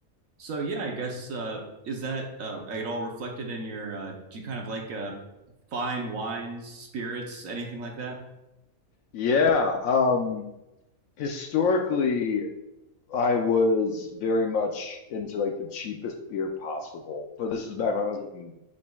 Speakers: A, on the right; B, on the left.
A: So yeah, I guess uh, is that uh, at all reflected in your? Uh, do you kind of like uh, fine wines, spirits, anything like that?
B: Yeah, um, historically, I was very much into like the cheapest beer possible. But this is back when I was like, in,